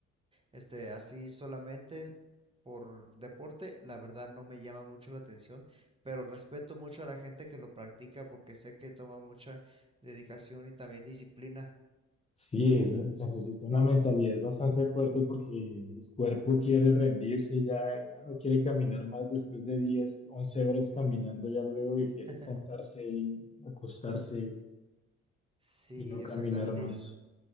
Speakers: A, on the right (about 20°); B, on the left (about 20°).
A: este, así solamente por deporte, la verdad no me llama mucho la atención, pero respeto mucho a la gente que lo practica porque sé que toma mucha dedicación y también disciplina.
B: Sí, es, necesita una mentalidad bastante fuerte porque el cuerpo quiere rendirse, ya, ya no quiere caminar más después de 10 11 horas caminando, ya luego que
A: <laughs>
B: quiere sentarse y acostarse
A: Sí,
B: y no caminar
A: exactamente.
B: más.